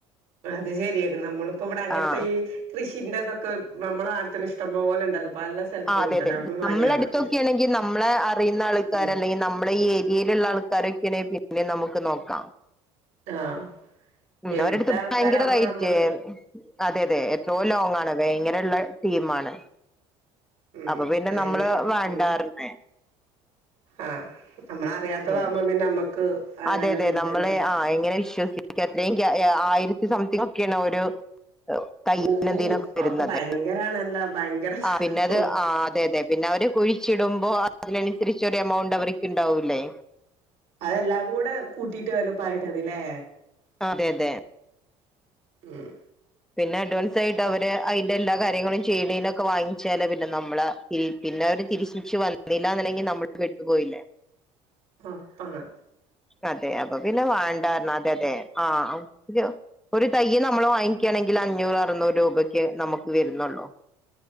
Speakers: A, on the right (about 65°); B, in the centre.
A: അത് ശെരിയാണ്. നമ്മളിപ്പം അങ്ങൻത്തെ
B: ആഹ്
A: ഈ കൃഷിന്റെതൊക്കെ നമ്മളെ നാട്ടിത്തന്നെ ഇഷ്ടം പോലെ ഇണ്ടല്ലോ. പല സ്ഥലത്തും
B: ആ അതെ.
A: ഉണ്ടല്ലോ
B: അതെ.
A: അവിടന്ന് വാങ്ങിയാൽ
B: നമ്മളെ അടുത്തോക്കാണെങ്കിൽ
A: മതിയായിരുന്നു
B: നമ്മളെ അറിയുന്ന ആൾക്കാര്
A: ഉം
B: അല്ലെങ്കിൽ നമ്മളെ ഈ ഏര്യേയില്ള്ള ആൾക്ക ക്കാരൊക്കേണങ്കി പിന്നെ നമുക്ക് നോക്കാം.
A: ആഹ്.
B: ഊം.
A: എവിടുത്തെ
B: അവരെടുത്ത്
A: ആൾക്കാരാകുമ്പോ
B: ഭയങ്കര റെയ്റ്റ്.
A: നമ്മള്
B: അതെ അതെ എത്രോ ലോങ്ങാണ്. വേങ്ങരള്ള ടീമാണ്.
A: ഉം
B: അപ്പൊ പിന്നെ
A: ഭയങ്കര
B: നമ്മള് വേണ്ടാറ്‌ഞ്ഞ്.
A: ഉം ആഹ്. നമ്മളറിയാത്തതകുമ്പോ
B: ഉം
A: പിന്നെ നമ്മക്ക്. അങ്ങനൊരു
B: അതെ അതെ.
A: ഇത്
B: നമ്മള്
A: തന്നെയാണ്
B: ആ എങ്ങനെ വിശ്വസിക്ക എത്രേങ്ക്യ. എന് ഹ് ആയിരത്തി സംതിങ് ഒക്കെയാണ് ഒരു. ദൈനം
A: ഓഹ്
B: ദിനൊക്കെ
A: അതൊക്കെ
B: വരുന്നത്.
A: ഭയങ്കരാണല്ലോ ഭയങ്കര
B: ആ പിന്നെത്
A: ഓഹ്
B: ആ അതെ അതെ. പിന്നെ അവര് കുഴിച്ചിടുമ്പോ അതിനനുസരിചൊരു എമൗണ്ട് അവര്ക്ക് ഇണ്ടാവൂല്ലേ?
A: അതെല്ലാം കൂടെ കൂട്ടിട്ട് വന് പായ്തതല്ലേ?
B: ആഹ് അതെ അതെ.
A: ഉം.
B: പിന്നെ അഡ്വാൻസ് ആയിട്ട് അവര് അയിന്റെ എല്ലാ കാര്യങ്ങളും ചെയ്തെയ്നൊക്കെ വാങ്ങിച്ചാലല്ലേ പിന്നെ നമ്മള്? പി പിന്നെ അവര് തിരിശിച്ച് വന്നില്ലന്ന് പ് ണ്ടെങ്കി നമ്മുള് പെട്ടു പോയില്ലേ?
A: ആ അതെ.
B: അതെ. അപ്പൊ പിന്നെ വറണ്ടാര്ന്നു അതെ അതെ ആ യോ. ഒരു തൈ നമ്മൾ വാങ്ങിക്കുകയാണെങ്കിൽ അഞ്ഞൂറ് അറുന്നൂറ് റൂപക്കെ നമുക്ക് വെര്ന്നുള്ളൂ.